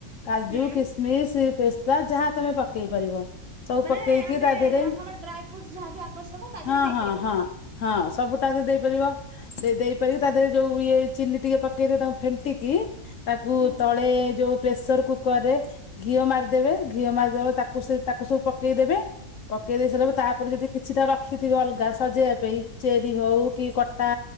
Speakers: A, on the left; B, on the right.
A: କାଜୁ,
B: ହୁଁ
A: କିସମିସ, ପେସ୍ତା ଯାହା ତମେ ପକେଇ ପାରିବ। ସବୁ
B: ମାନେ
A: ପକେଇକି
B: ଆମେ
A: ତା ଦେହରେ
B: ଆମର ଡ୍ରାଇ ଫ୍ରୁଟସ୍ ଯାହାବି ଆବଶ୍ୟକ ତା ଦେହରେ
A: ହଁ
B: ଦେଇପାରିବା।
A: ହଁ ହଁ ହଁ ସବୁ
B: ହୁଁ
A: ତା ଦେହରେ ଦେଇ। ଦେଇପାରିବ ଦେଇ ଦେଇପାରି ତା ଦେହରେ ଯୋଉ ଇଏ ଚିନି ଟିକେ ପକେଇ ତାଙ୍କୁ ଫେଣ୍ଟିକି। ତାକୁ
B: ହୁଁ
A: ତଳେ ଯୋଉ ପ୍ରେସର କୁକର ରେ ଘିଅ ମାରି। ଦେବେ ଘିଅ ମାରିଦବ ତାକୁ ସେ ତାକୁ ସବୁ ପକେଇ ଦେବେ ପକେଇ ଦେଇ
B: ହୁଁ
A: ସାରିଲା ତା। ତାପରେ ଯଦି କିଛିଟା ରଖିଥିବେ ଅଲଗା ସଜେଇବା ପାଇଁ ଚେରି ହଉ କି କଟା।